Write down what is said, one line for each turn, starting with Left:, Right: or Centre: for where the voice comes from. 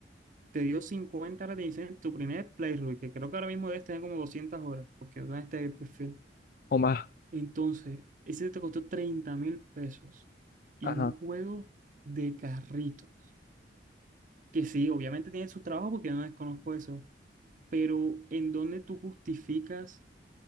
Right: Te dio 50 horas de diseño en tu primer playthrough, que creo que ahora mismo debes tener como 200 horas, porque en este perfil.
Left: o más.
Right: Entonces, ese te costó treinta mil pesos y
Left: Ajá.
Right: un juego de carritos, que sí, obviamente tiene su trabajo porque yo no desconozco eso, pero ¿en dónde tú justificas